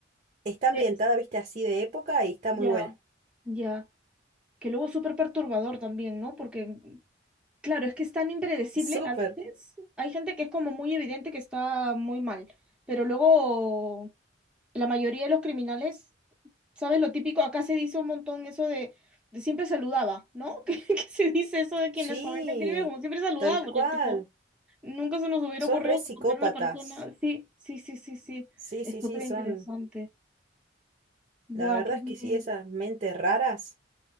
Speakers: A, on the right; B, in the centre.
A: Está ambientada,
B: Eh,
A: viste, así de época y está
B: ya,
A: muy buena.
B: ya. Que luego es súper perturbador también, ¿no? Porque, claro, es que es tan impredecible.
A: Súper.
B: A veces hay gente que es como muy evidente que está muy mal, pero luego la mayoría de los criminales ¿sabes? Lo típico, acá se dice un montón eso de, de siempre saludaba, ¿no? <laughs> Que, que se dice eso de quienes
A: Sí,
B: cometen crímenes como siempre saludaba,
A: tal
B: porque
A: cual.
B: tipo, nunca se nos hubiera
A: Son
B: ocurrido
A: re psicópatas.
B: que porque era una persona. Sí, sí, sí, sí, sí.
A: Sí,
B: Es
A: sí,
B: súper
A: sí, son.
B: interesante. Buah,
A: La verdad
B: qué bien.
A: es que sí, esas mentes raras